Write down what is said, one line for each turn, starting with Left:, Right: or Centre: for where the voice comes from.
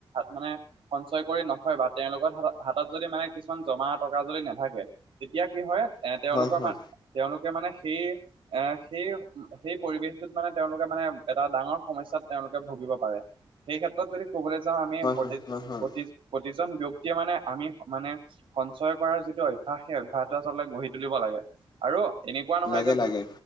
Right: মানে সঞ্চয় কৰি নথয় বা তেওঁলোকৰ হাতত হাতত যদি মানে কিছুমান জমা টকা যদি নাথাকে তেতিয়া কি হয় এ
Left: হয়
Right: তেওঁলোকৰ মান তেওঁলোকে মানে সেই এহ সেই সেই পৰিৱেশটোত মানে তেওঁলোকে মানে এটা ডাঙৰ সমস্যাত তেওঁলোকে ভুগিব পাৰে। সেই ক্ষেত্ৰত যদি কবলৈ যাওঁ আমি
Left: হয়
Right: প্ৰতি
Left: হয় হয় হয়
Right: প্ৰতি প্ৰতিজন ব্যক্তিয়ে মানে আমি মানে সঞ্চয় কৰাৰ যিটো অভ্যাস সেই অভ্যাসটো আচলতে গঢ়ি তুলিব লাগে, আৰু এনেকুৱা নহয়
Left: লাগে
Right: যে তোম
Left: লাগে